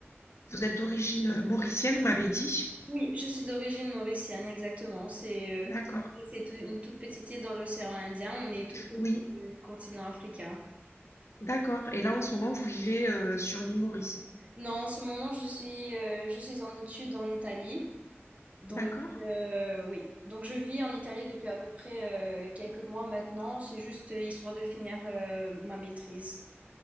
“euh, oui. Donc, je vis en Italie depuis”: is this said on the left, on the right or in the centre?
Right